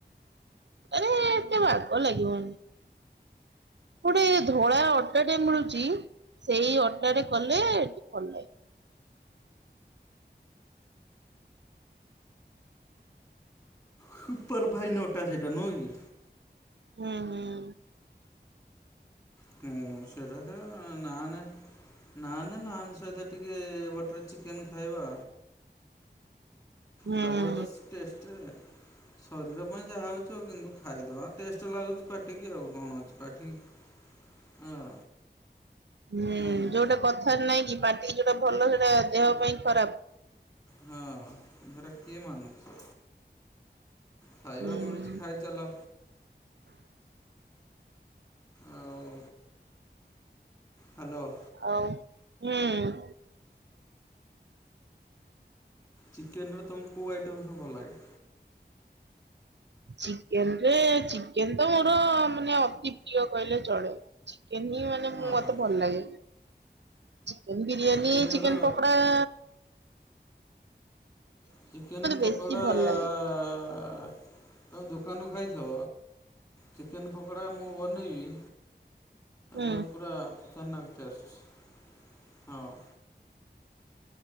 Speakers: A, on the right; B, on the left.
A: ଆରେ ଏତେ ବାଗ ଲାଗିବନି। ଗୋଟେ ଧଳା ଅଟା ଟେ ମିଳୁଚି ସେଇ ଅଟା ରେ କଲେ ଭଲ ଲାଗିବ।
B: ସୁପର୍ ଫାଇନ୍ ଅଟା ସେଇଟା ନୁହଁ କି?
A: ହୁଁ ହୁଁ।
B: ହୁଁ ସେରା ସେ ନାନେ ନାନ୍ ନାନ୍ ସହିତ ଟିକେ ବଟର୍ ଚିକେନ୍ ଖାଇବା।
A: ହୁଁ।
B: ଜବରଦସ୍ତ ଟେଷ୍ଟ। ଶରୀର ପାଇଁ ଯାହା ହଉଚି ହଉ। କିନ୍ତୁ ଖାଇଦବା ଟେଷ୍ଟ ଲାଗୁଚି ପାଟିକି ଆଉ କଣ ଅଛି। ପାଟିକି ହଁ।
A: ହୁଁ
B: ନୁହଁ କି
A: ଯୋଉଟା କଥାରେ ନାଇଁ କି ପାଟିକି ଯୋଉଟା ଭଲ ସେଇଟା ଦେହ ପାଇଁ ଖରାପ୍।
B: ହଁ। ହେରା କିଏ ମାନୁଚି। ଖାଇବା
A: ହୁଁ
B: ମିଳୁଚି ଖାଇ ଚାଲ। ଆଉ ହ୍ୟାଲୋ।
A: ଆଉ ହୁଁ।
B: ଚିକେନ୍ ର ତମକୁ କୋଉ ଆଇଟମ୍ ସବୁ ଭଲ ଲାଗେ?
A: ଚିକେନ୍ ରେ ଚିକେନ୍ ତ ମୋର ମାନେ ଅତି ପ୍ରିୟ କହିଲେ ଚଳେ। ଚିକେନ୍ ହିଁ ମାନେ ମୁଁ
B: ହଁ
A: ମତେ
B: ହଁ
A: ଭଲ ଲାଗେ। ଚିକେନ୍ ବିରିୟାନୀ,
B: ଚିକେନର
A: ଚିକେନ୍ ପକୋଡ଼ା
B: ଚିକେନ୍ ପକୋଡ଼ା
A: ବେଶୀ ଭଲ
B: ଆ
A: ଲାଗେ।
B: ତମେ ଦୋକାନରୁ ଖାଇଥିବ। ଚିକେନ୍ ପକୋଡ଼ା ମୁଁ ବନେଇବି
A: ହୁଁ
B: ଏ ପୁରା ଖତରନାକ୍ ଟେଷ୍ଟ। ହଁ।